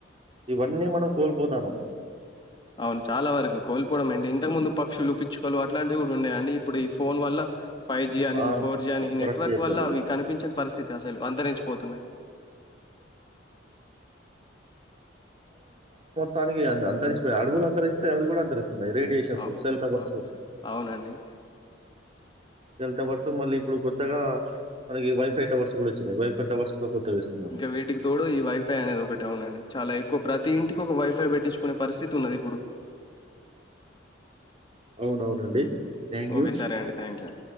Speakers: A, on the right; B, on the left.
A: ఇవన్నీ మనం కోల్పోతాను
B: అవును చాలా వరకు కోల్పోవడం అండి ఇంతకు ముందు పక్షులు పిచ్చుకలు అట్లాంటివి కూడా ఉండయం అండి ఇప్పుడు ఫోన్ వల్ల ఫైవ్ జి అని
A: ఆ!
B: ఫోర్ జీ అని
A: కరెక్ట్
B: నెట్వర్క్
A: చెప్పారు.
B: వల్ల అవి కనిపించిన పరిస్థితి అసలు అందరించి పోతున్నా
A: తనికి చేద్దాం పోయాయి అడవులు అంతరిస్తాయి అవి కూడా అంతరిస్తున్నాయి రేడియేషన్స్
B: అవ్
A: సెల్ టవర్స్
B: అవ్ అవునండి.
A: సెల్ టవర్స్ మళ్ళీ ఇప్పుడు కొత్తగా మనకి వైఫై టవర్స్ ఇప్పుడు వచ్చినాయ్ వైఫై టవర్స్ కూడా కొత్తగా ఇస్తున్నారు.
B: ఇంకా వీటికి తోడు ఈ వైఫై అనేది ఒకటి అవునండి చాలా ప్రతి ఇంటికి ఒక వైఫై పెట్టించుకునే పరిస్థితి ఉన్నది ఇప్పుడు
A: అవునవునండి థాంక్
B: ఓకే
A: యూ.
B: సరే అండి థాంక్ యూ అ